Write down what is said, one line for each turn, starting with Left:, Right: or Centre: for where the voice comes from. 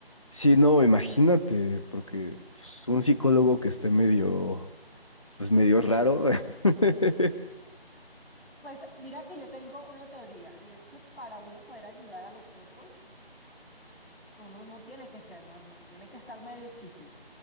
Left: Sí, no, imagínate, porque pues, un psicólogo que esté medio, pues medio raro. <laughs>
Centre: Pues mira que yo tengo una teoría y es que para uno poder ayudar a los otros, uno no tiene que ser normal, tiene que estar medio chifli,